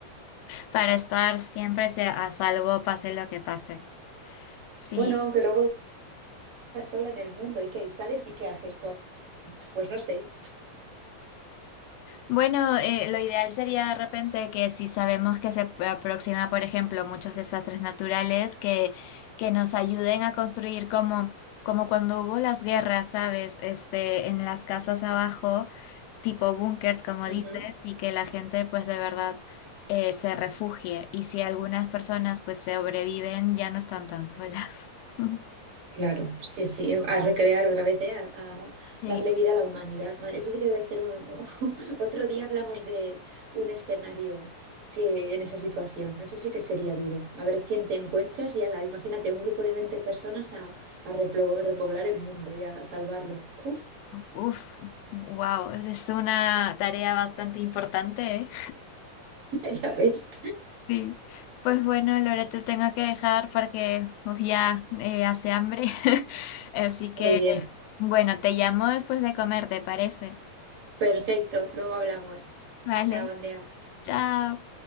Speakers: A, on the left; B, on the right.
A: Para estar siempre se- a salvo, pase lo que pase. Sí.
B: Bueno, aunque luego estás sola en el mundo y que sales y qué haces tú, pues no sé.
A: Bueno, eh, lo ideal sería de repente que si sabemos que se p- aproxima, por ejemplo, muchos desastres naturales, que, que nos ayuden a construir como, como cuando hubo las guerras, ¿sabes? Este, en las casas abajo, tipo búnkers, como
B: Ujú,
A: dices, y que la gente pues de verdad eh, se refugie. Y si algunas personas pues sobreviven, ya no están tan solas. <laughs>
B: Claro, sí, sí, a recrear otra vez, ¿eh? A, a
A: Sí,
B: darle vida a la humanidad. Ma- Eso sí que debe ser un... un- <laughs> Otro día hablamos de un escenario que en esa situación, ¿no? eso sí que sería duro. A ver quién te encuentras y ala, imagínate un grupo de 20 personas a, a replo- repoblar el mundo y a salvarlo. Puf,
A: uf, wow, es una tarea bastante importante, ¿eh?
B: <laughs> ya ves.
A: Sí, pues bueno, Laura, te tengo que dejar porque uf, ya eh, hace hambre. <laughs> Así
B: Muy
A: que,
B: bien,
A: bueno, te llamo después de comer, ¿te parece?
B: perfecto, luego hablamos.
A: Vale,
B: Chao, Andrea.
A: chao.